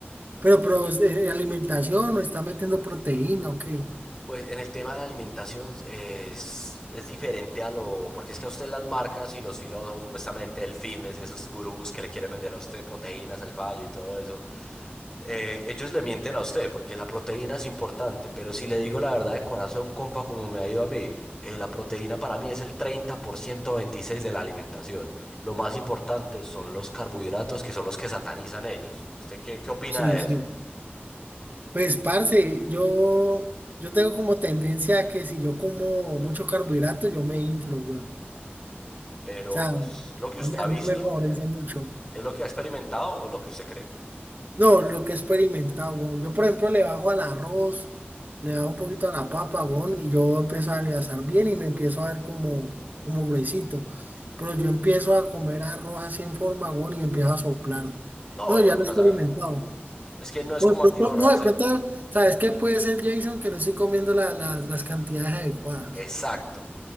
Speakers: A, on the right; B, on the left.
A: Pero, pero eh, alimentación, ¿o está metiendo proteína o qué?
B: Pues en el tema de la alimentación es, es diferente a lo, porque es que a usted las marcas y los filósofos, supuestamente el fitness, esos gurús que le quieren vender a usted proteínas al fallo y todo eso, eh, ellos le mienten a usted porque la proteína es importante, pero si le digo la verdad de corazón, compa, como me ha ido a mí, eh, la proteína para mí es el 30% 26 de la alimentación. Lo más importante son los carbohidratos que son los que satanizan ellos. ¿Usted qué, qué opina
A: Sí,
B: de
A: sí.
B: eso?
A: Pues, parce, yo, yo tengo como tendencia a que si yo como mucho carbohidrato, yo me inflo, weón.
B: Pero
A: O sea, a
B: es lo que usted
A: mí,
B: ha
A: a
B: visto.
A: mí no me favorece mucho.
B: ¿Es lo que ha experimentado o lo que usted cree?
A: No, lo que he experimentado, weón. Yo, por ejemplo, le bajo al arroz, le bajo un poquito a la papa, weón, y yo empiezo a adelgazar bien y me empiezo a ver como, como gruesito. Pero yo empiezo a comer arroz así en forma, weón, y me empiezo a soplar.
B: No,
A: No,
B: lo
A: ya
B: que
A: lo
B: pasa
A: he experimentado.
B: es que no es
A: No,
B: como
A: de pronto,
B: atiborrarse.
A: no, de pronto, ¿sabes qué puede ser, Jason? Que no estoy comiendo la- las las cantidades adecuadas.
B: Exacto.